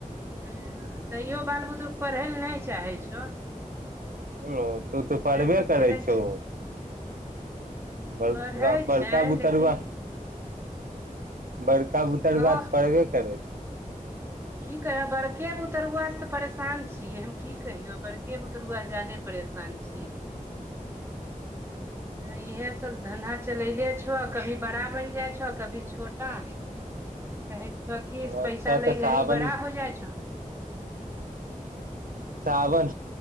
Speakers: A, on the right; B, on the right.
A: हँ तैयो बाल बुतरूके पढ़य लए नहि चाहै छहो
B: ओ तू तू पढ़बे
A: सब
B: करै
A: चलै
B: छौ
A: छै
B: बड़का
A: पढ़ै
B: बड़का
A: छै
B: उतरूबा
A: लेकिन
B: बड़का बुतरूआ
A: ओह
B: तऽ पढ़बे करै छै
A: की कहियो बड़के बुतरुआसँ तऽ परेशान छियै हम की कहियौ बड़के बुतरुआसँ ज्यादे परेशान शान <unintelligible> छी इएहे सब धन्धा चलले छो कभी बड़ा बनि जाइ छौ कभी छोटा छ
B: छौ
A: कि पैसा
B: अच्छा
A: लै
B: तऽ
A: घड़ी
B: सावन
A: बड़ा हो जाइ छौ
B: सावन